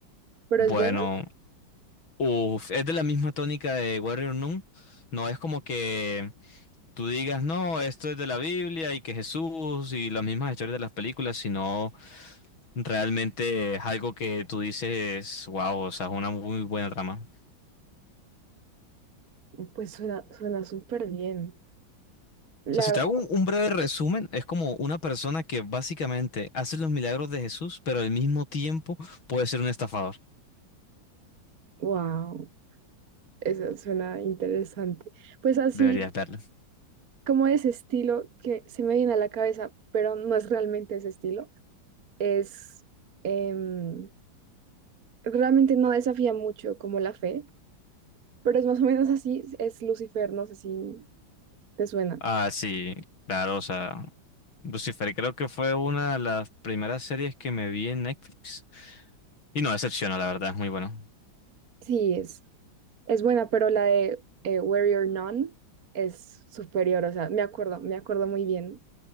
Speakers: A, on the right; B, on the left.
A: pero
B: Bueno,
A: es buena.
B: uf, es de la misma tónica de Warrior Nun. No es como que tú digas, no, esto es de la Biblia y que Jesús y las mismas historias de las películas, sino Realmente es algo que tú dices, wow, o sea, es una muy buena trama.
A: Pues suena, suena súper bien. La
B: O sea, si
A: verdad,
B: te hago un, un breve resumen, es como una persona que básicamente hace los milagros de Jesús, pero al mismo tiempo puede ser un estafador.
A: wow, eso suena interesante. Pues así
B: Deberías verlo.
A: como ese estilo que se me viene a la cabeza, pero no es realmente ese estilo, es em, realmente no desafía mucho como la fe, pero es más o menos así, es Lucifer, no sé si te suena.
B: Ah, sí, claro, o sea, Lucifer creo que fue una de las primeras series que me vi en Netflix. Y no decepciona, la verdad, es muy bueno.
A: Sí, es, es buena, pero la de eh, Where You're None es superior, o sea, me acuerdo, me acuerdo muy bien